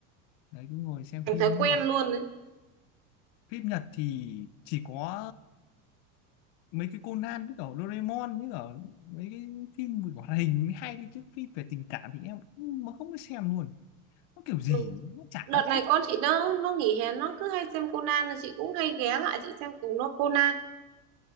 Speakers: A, on the left (about 60°); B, on the right (about 60°).
A: đấy cứ ngồi xem
B: thành
A: phim
B: thói
A: nhưng
B: quen
A: mà
B: luôn đấy
A: phim Nhật thì chỉ có mấy cái Conan với cả Doraemon với cả mấy cái phim về hoạt hình mới hay đấy chứ phim về tình cảm thì em cũng- mà không có xem luôn nó kiểu gì
B: ừ.
A: nó chả
B: đợt này
A: thuyết
B: con chị nó nó nghỉ hè nó cứ hay xem Conan là chị cũng hay ghé lại chị xem cùng nó Conan